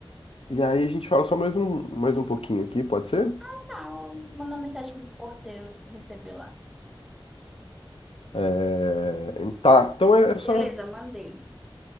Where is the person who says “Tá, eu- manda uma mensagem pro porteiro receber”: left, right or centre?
Centre